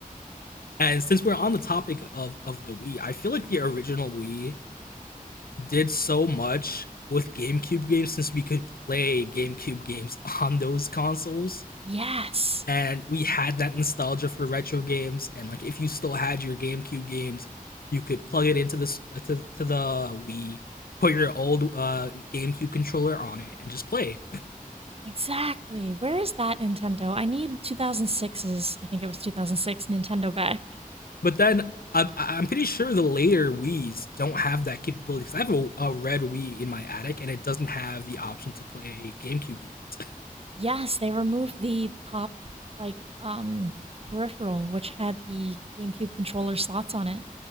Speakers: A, on the left; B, on the right.
A: And since we're on the topic of of the Wii, I feel like the original Wii did so much with GameCube games since we could play GameCube games <laughs> on those consoles
B: Yes,
A: and we had that nostalgia for retro games and like if you still had your GameCube games, you could plug it into this uh, to to the Wii, put your old uh GameCube controller on it and just play.
B: exactly. Where is that Nintendo? I need 2006's, I think it was 2006 Nintendo back.
A: But then I, I'm pretty sure the later Wii's don't have that capability because I have a, a red Wii in my attic and it doesn't have the option to play GameCube games.
B: Yes, they removed the top, like, um, peripheral, which had the GameCube controller slots on it.